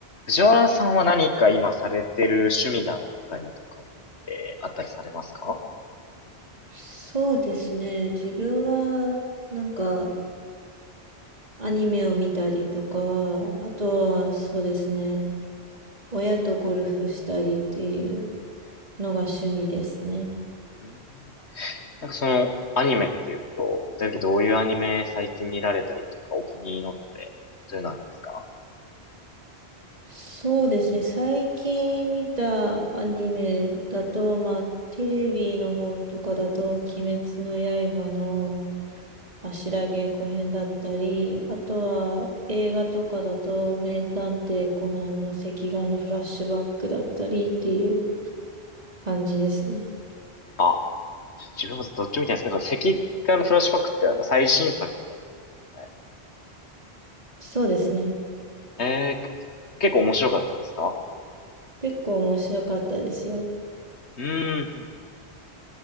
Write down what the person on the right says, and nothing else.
そうですね。自分は、なんか、アニメを見たりとか、あとは、そうですね。親とゴルフしたりっていうのが趣味ですね。
そうですね。最近見たアニメだと、まあ、テレビの方とかだと、鬼滅の刃の柱稽古編だったり、あとは映画とかだと、
名探偵コナンの隻眼のフラッシュバックだったりっていう感じですね。
そうですね。
結構面白かったですよ。